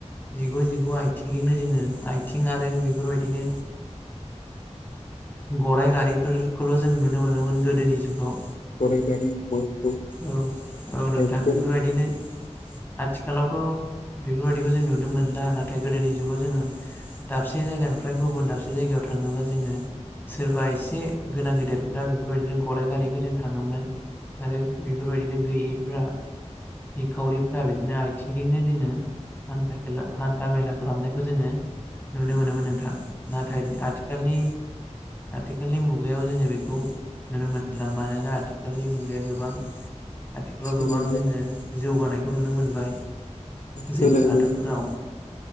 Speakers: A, on the left; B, on the left.
A: जिगु जिगु आथिंजोंनो जोङो आथिं आरो बेफोरबायदिनो गरराइ गारिफोरखौल' जों नुनो मोनोमोन गोदोनि जुगाव
B: गराइ गारि मोसौ
A: औ औ नोंथां
B: साइकेल
A: बेफोरबायदिनो आथिखालावथ' बेफोरबायदिखौ जों नुनो मोनला नाथाय गोदोनि जुगाव जोङो दाबसे जायगानिफ्राय गुबुन दाबसे जायगायाव थानोब्ला जोङो सोरबा एसे गोनां गेदेरफोरा बेफोरबायदिनो गराइ गारिफोरजों थाङोमोन आरो बेफोरबायदिनो गैयै फोरा निखावरिफ्रा बिदिनो आथिंजोंनो जोङो हान्थाेला हान्था मेला खालामनायखौ जोङो नुनो मोनोमोन नोंथां नाथाय आथिालनि आथिखालनि मुगा मुगायाव जोङो बेखौ नुनो मोनला मानोना आथिखालनि मुगाया गोबां आथिखालाव
B: सोलोंबाय
A: गोबां जोङो जौगानायखौ नुनो मोनबाय जोंनि
B: सोलोंदों
A: हादरफोराव